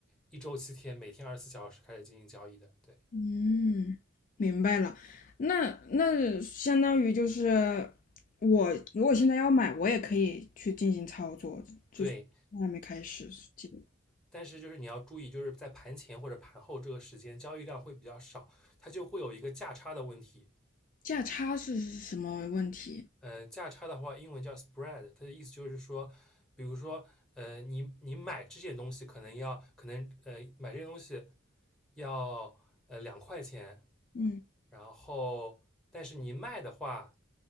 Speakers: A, in the centre; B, on the left.
A: 一周七天，每天二十四小时开始进行交易的，对
B: 嗯，明白了。那那相当于就是我如果现在要买，我也可以去进行操作，
A: 对。
B: 还没开始。记得
A: 但是就是你要注意，就是在盘前或者盘后这个时间，交易量会比较少，它就会有一个价差的问题。
B: 价差是什么问题？
A: 嗯、呃，价差的话，英文叫 spread，它的意思就是说，比如说，呃，你你买这件东西可能要，可能呃，买这件东西要呃两块钱，
B: 嗯
A: 然后但是你卖的话，